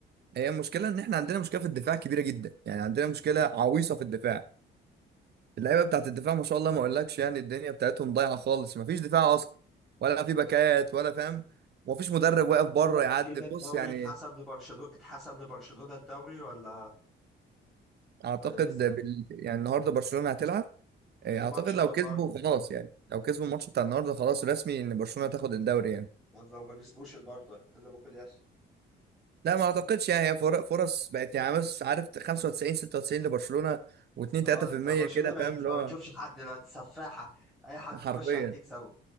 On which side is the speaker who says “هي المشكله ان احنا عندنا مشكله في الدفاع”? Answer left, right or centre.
Right